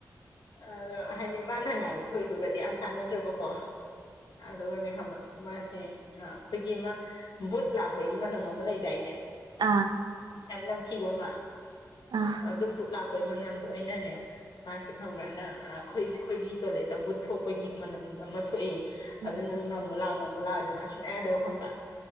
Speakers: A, on the left; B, on the right.
A: ꯑꯗꯣ ꯍꯥꯏꯗꯤ ꯃꯥꯅꯅꯦ꯫ ꯄꯊꯣꯏꯗꯨꯒꯗꯤ ꯌꯥꯝ ꯆꯥꯟꯅꯗ꯭ꯔꯦꯕꯀꯣ ꯑꯗꯨꯒꯅꯦ ꯈꯪꯕ꯭ꯔ ꯃꯥꯁꯦ꯫ ꯑ ꯑꯩꯈꯣꯏꯒꯤ ꯑꯃ ꯕꯨꯠ ꯂꯥꯛꯄꯒꯤ ꯃꯅꯝ ꯑꯃ ꯂꯩꯗꯥꯏꯅꯦ꯫
B: ꯑꯥ
A: ꯌꯥꯝ ꯅꯝꯊꯤꯕ ꯑꯃ
B: ꯑꯥ
A: ꯑꯗꯨ ꯕꯨꯠ ꯂꯥꯛꯄꯩ ꯃꯅꯝꯗꯣ ꯑꯩꯅꯅꯦ꯫ ꯃꯥꯁꯦ ꯈꯪꯕ꯭ꯔꯅ ꯑ ꯑꯩꯈꯣꯏ ꯑꯩꯈꯣꯏꯒꯤ ꯇꯣꯏꯂꯦꯠꯇ ꯕꯨꯠ ꯊꯣꯛꯄꯒꯤ ꯃꯅꯝ ꯑꯃ ꯊꯣꯛꯏꯌꯦ꯫
B: ꯎꯝ
A: ꯑꯗꯨ ꯅꯪ ꯅꯝꯃꯨ ꯂꯥꯛꯑꯣ ꯅꯝꯃꯨ ꯂꯥꯛꯑꯣꯁꯦ ꯃꯥ ꯁꯨꯡꯉꯥꯏ ꯌꯥꯗꯕ ꯈꯪꯕ꯭ꯔꯥ꯫